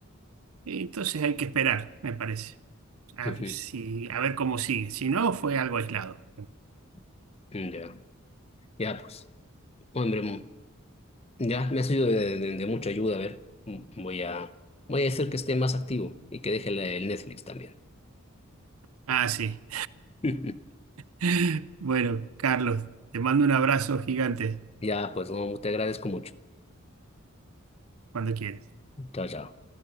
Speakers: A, on the right; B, on the left.
A: Entonces hay que esperar, me parece. A
B: Ujú,
A: ver, si, a ver cómo sigue. Si no, fue algo aislado.
B: <laughs> Ya, ya, pues, hombre, mm, ya me ha sido de, de- de mucha ayuda, a ver, mm, voy a, voy a hacer que esté más activo y que deje el el Netflix también.
A: Ah, sí.
B: <laughs>
A: <laughs> Bueno, Carlos, te mando un abrazo gigante
B: Ya, pues, no, te agradezco mucho.
A: cuando quieras.
B: Chao, chao.